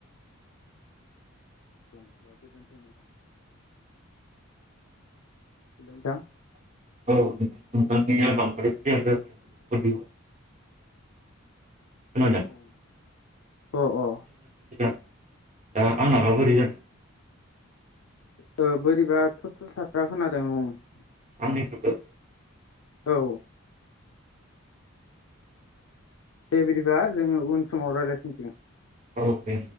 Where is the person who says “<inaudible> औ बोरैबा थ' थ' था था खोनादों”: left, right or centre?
Left